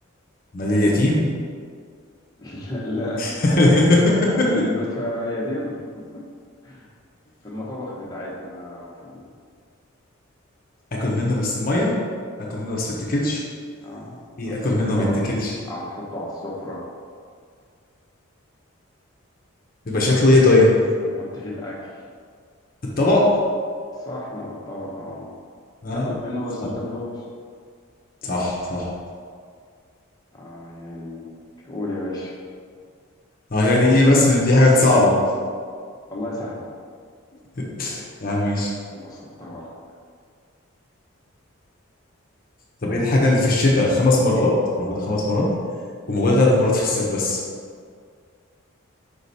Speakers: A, on the left; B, on the left.
A: مال اليتيم
B: <laughs> لا
A: <laughs>
B: وكل البيوت فيها مال يتيم <laughs> في المطابخ بتاعتنا وفي ال...
A: اكل منه بس ميه اكل منه بس ما اتاكلش
B: آه
A: ايه
B: على
A: اكل
B: السفرة
A: منه ما اتاكلش
B: على نحطه على السفرة
A: بيبقى شكله ايه طيب
B: هنحط فيه الأكل
A: الطبق
B: الصحن والطبق اه
A: اه
B: بتاكل منه
A: صح
B: بس ما بتاكلوش
A: صح صح
B: اه يعني من- قول يا باشا
A: اه يعني ايه بس ان دي حاجات صعبه
B: والله سهلة
A: <laughs> يا عم ماشي
B: وبسطتها لك
A: طب ايه الحاجه اللي في الشتاء خمس مرات موجوده خمس مرات وموجوده ثلاث مرات في الصيف بس